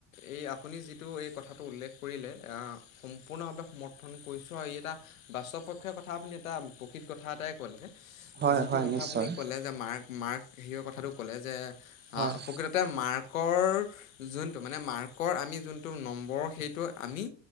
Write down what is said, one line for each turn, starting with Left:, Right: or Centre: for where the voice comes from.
Left: এই আপুনি যিটো এই কথাটো উল্লেখ কৰিলে অ সম্পূৰ্ণভাৱে সমৰ্থন কৰিছোঁ আৰু ই এটা বাস্তৱপক্ষৰ কথা আপুনি এটা প্ৰকৃত কথা এটাই ক'লে
Right: হয়
Left: যিটো
Right: হয়
Left: কথা
Right: নিশ্চয়
Left: আপুনি ক'লে যে মাৰ্ক-মাৰ্ক <unintelligible> কথাটো কলে যে
Right: হয়
Left: অ, প্ৰকৃততে মাৰ্কৰ যোনটো, মানে মাৰ্কৰ আমি যোনটো নম্বৰ সেইটো আমি